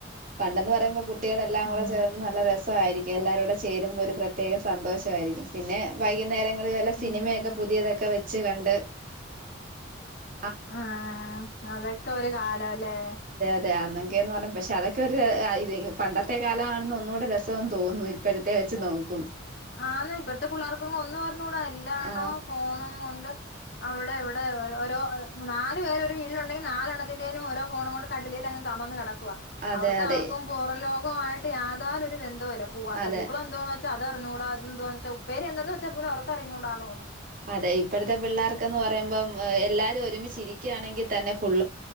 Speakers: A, on the right; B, on the left.
A: പണ്ടെന്ന് പറയുമ്പ കുട്ടികളെല്ലാം
B: ഉം
A: കൂടെ ചേർന്ന് നല്ല രസായിരിക്കും എല്ലാരൂടെ ചേരുമ്പോൾ ഒരു പ്രത്യേക സന്തോഷായിരിക്കും പിന്നെ വൈകുന്നേരം <unintelligible>
B: ഉം
A: സിനമയൊക്കെ
B: ഉം
A: പുതിയതൊക്കെ വെച്ച് കണ്ട് ണ്ട്
B: ആഹ അതൊക്കെ ഒരു കാലവല്ലേ
A: <unintelligible> ക്കെന്ന് പറഞ്ഞ പക്ഷെ അതൊക്കെ ഒരു ആ പണ്ടത്തെ കാലമാണെന്ന് ഒന്നുടെ രസംന്ന് തോന്നുന്നു ഇപ്പോഴത്തെ വെച്ച് നോക്കും
B: ആന്ന് ഇപ്പഴത്തെ പിള്ളേർക്കൊന്നും ഒന്ന് <unintelligible> എല്ലാ എണ്ണോം
A: ആ
B: ഫോണും കൊണ്ട് അവിടെ ഇവിടെ ഓരോ <inaudible> നാല് പേര് ഒരു വീട്ടിലുണ്ടെങ്കിൽ നാലെണ്ണത്തിന്റെലും ഓരോഫോണ് കൊണ്ട് കട്ടിലും അങ്ങ് കമന്ന് കിട <unintelligible>
A: അതെ
B: അവർക്ക്
A: അതെ
B: ആർക്കും പോറലോ മായിട്ട് യാതാലൊര് ഒരു ബന്ധ <unintelligible> പൂവാത്ത
A: അതെ
B: പൂക്കൾ എന്ത്വാന്ന് വെച്ച് അതറിഞ്ഞുട അത് എാന്തുന്നച്ച ഉപ്പേരി എന്താന്ന് വച്ച കൂടി അവർക്ക് അറിഞ്ഞൂടാന്ന് തോ
A: അതെ ഇപ്പഴത്തെ പിള്ളേർക്കന്ന് പറയുമ്പം എല്ലാവാരും ഒരുമിച്ചിരിക്കുകയാണെങ്കിൽ തന്നെ ഫുഡ